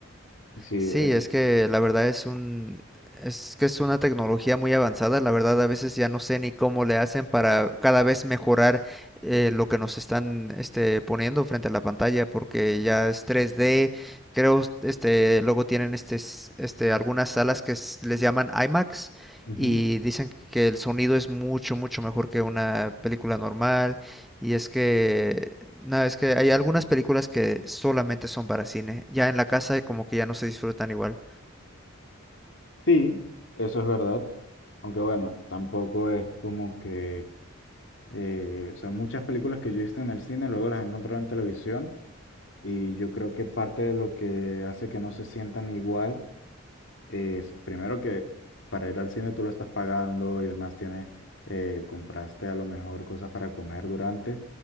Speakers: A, on the left; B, in the centre.
A: Sí, eh,
B: Sí, es que la verdad es un, es que es una tecnología muy avanzada. La verdad, a veces ya no sé ni cómo le hacen para cada vez mejorar eh, lo que nos están este, poniendo frente a la pantalla, porque ya es 3D. Creo, este, luego tienen este, s- este, algunas salas que s- les llaman IMAX
A: ujú.
B: y dicen que el sonido es mucho, mucho mejor que una película normal. Y es que no, es que hay algunas películas que solamente son para cine. Ya en la casa como que ya no se disfrutan igual.
A: Sí, eso es verdad. Aunque bueno, tampoco es como que Eh, o sea, muchas películas que yo he visto en el cine, luego las he encontrado en televisión y yo creo que parte de lo que hace que no se sientan igual es, primero que para ir al cine tú lo estás pagando y demás, tienes, eh, compraste a lo mejor cosas para comer durante.